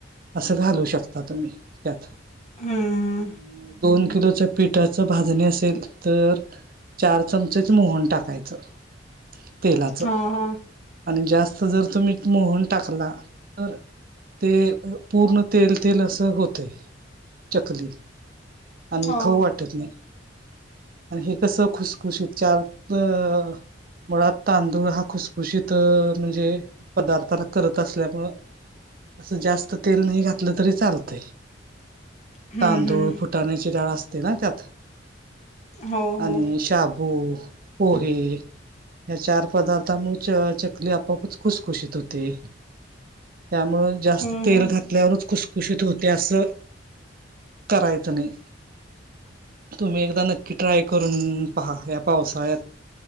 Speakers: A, on the right; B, on the left.
A: अस घालू शकता तुम्ही त्यात
B: हम्म हम्म
A: आणि दोन किलो पिठा. भाजणी असेल तर चार चमचेच मोहन टाकायचं. तेलाचं.
B: हा हा
A: आणि जास्त जर तुम्ही मोहन टाकला तर. ते पूर्ण तेल-तेल असं होते, चकली. आणि
B: हा
A: खऊ वाटत. नाही. आणि हे कसं खुसखुशीत चार अ. मुळात तांदूळ हा खुसखुशीत म्हणजे पदार्थाला करत असल्यामुं. असं जास्त तेल नाही घातलं तरी चालत.
B: हम्म
A: तांदूळ
B: हम्म
A: फुटाण्याची डाळ असते ना त्यात.
B: हो हो
A: आणि शाबू, पोहे. या चार पदार्थामुळे च चकली आपापच खुशखुशीत होते. त्यामुं जास्त
B: हम्म
A: तेल
B: हम्म
A: घातल्यावरच कुशखुशीत होते असं करायचं नाही. तुम्ही एकदा नक्की ट्राय करून पहा या्या पावसाळ्यात.